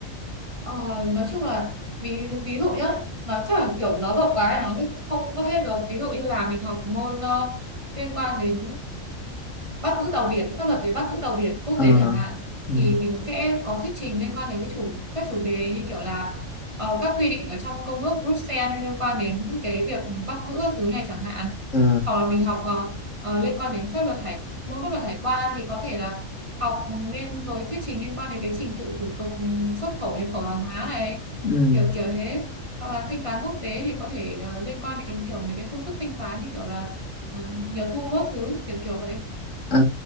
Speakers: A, on the right; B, on the left.
A: Ờ, nói chung là ví ví dụ nhá nó chẳng kiểu nó rộng quá ấy, nó thì cũng không có hết được ví dụ như là mình học môn ờ, liên quan đến bắt giữ tàu biển pháp luật về bắt giữ tàu biển quốc
B: Ờ
A: tế chẳng hạn
B: ừ,
A: thì mình sẽ có thuyết trình liên quan đến cái chủ các chủ đề như kiểu là ờ, các quy định ở trong công ước Bruxelles liên quan đến cái việc bắt giữ các thứ này chẳng hạn
B: ờ
A: hoặc là mình học ờ, ờ, liên quan đến pháp luật hải môn pháp luật hải quan thì có thể là học liên rồi thuyết trình liên quan đến cái trình tự thủ tục xuất khẩu nhập khẩu hàng hóa này
B: ừ.
A: kiểu kiểu thế hoặc là thanh toán quốc tế thì có thể ờ, liên quan đến kiểu mấy cái phương thức thanh toán như kiểu là ờ, nhiều thu các thứ kiểu kiểu vậy
B: À,